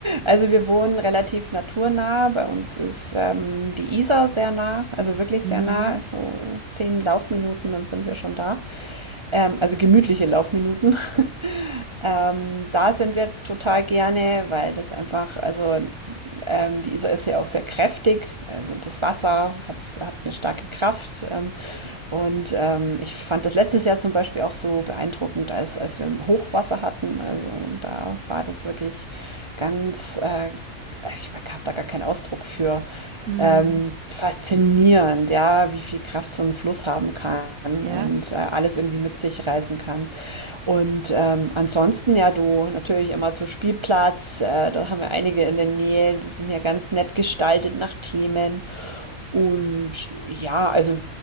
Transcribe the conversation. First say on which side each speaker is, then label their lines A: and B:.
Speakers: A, on the right; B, on the right.
A: also wir wohnen relativ naturnah. Bei uns ist ähm, die Isar sehr nah, also wirklich
B: Mhm.
A: sehr nah. So zehn Laufminuten, dann sind wir schon da. Ähm, also gemütliche Laufminuten. <laughs> Ähm, da sind wir total gerne, weil das einfach, also ähm, die Isar ist ja auch sehr kräftig, also das Wasser hat, hat eine starke Kraft. Ähm, und ähm, ich fand das letztes Jahr zum Beispiel auch so beeindruckend, als, als wir Hochwasser hatten. Also da war das wirklich ganz, äh, ich habe da gar keinen Ausdruck für
B: Mhm.
A: ähm, faszinierend, ja, wie viel Kraft so ein Fluss haben kann
B: Ja.
A: und äh, alles irgendwie mit sich reißen kann. Und ähm, ansonsten, ja, du natürlich immer zu Spielplatz, äh, da haben wir einige in der Nähe, die sind ja ganz nett gestaltet nach Themen. Und ja, also